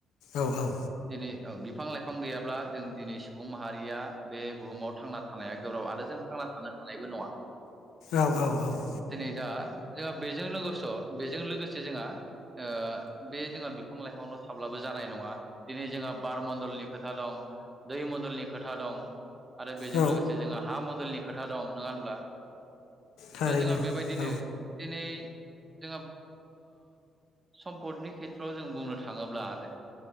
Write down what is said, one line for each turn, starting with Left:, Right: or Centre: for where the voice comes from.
Left: औ औ
Right: दिनै बिफां लाइफां गैयाब्ला जों दिनै सुबुं माहारिया बे बुहुमाव थांना थानाया गोब्राब आरो जों थांना थानो हानायबो नङा
Left: औ औ औ
Right: दिनै दा जोंहा बेजों लोगोसे' बेजों लोगोसे जोंहा ओ बे जोंहा बिफां लाइफांल' थाब्लाबो जानाय नङा दिनै जोंहा बार मन्दलनि खोथा दं दै मण्डलनि खोथा दं आरो बेजों
Left: औ
Right: लोगोसे जोंहा हा मन्दोलनि खोथा दं नङा होनब्ला
Left: थारैनो
Right: दा जोंहा बेबायदिनो
Left: औ
Right: दिनै जोंहा सम्पदनि खेथ्रआव जों बुंनो थाङोब्लाानो